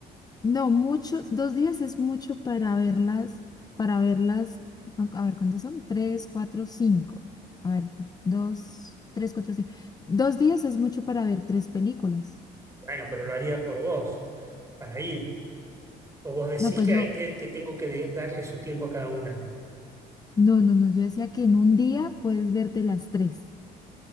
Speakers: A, on the left; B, on the right.
A: no, muchos, dos días es mucho para verlas, para verlas, a a ver, ¿cuántas son? Tres, cuatro, cinco. A ver, dos, tres, cuatro, cinco. Dos días es mucho para ver tres películas.
B: Bueno, pero lo haría por vos, para ir. O vos decís
A: No, pues
B: que
A: yo,
B: hay que, que tengo que de- darle su tiempo a cada una.
A: no, no, no, yo decía que en un día puedes verte las tres.